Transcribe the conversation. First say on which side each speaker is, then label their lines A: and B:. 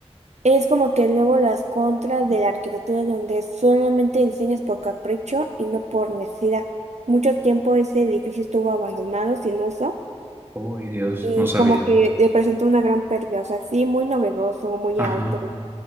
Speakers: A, on the right (about 80°); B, on the right (about 20°).
A: es como que luego las contras de la arquitectura donde solamente diseñas por capricho y no por necesidad. Mucho tiempo ese edificio estuvo abandonado, sin uso,
B: Uy, Dios,
A: y
B: no sabía.
A: como que eh, presentó una gran pérdida. O sea, sí, muy novedoso, muy
B: Ajá,
A: alto,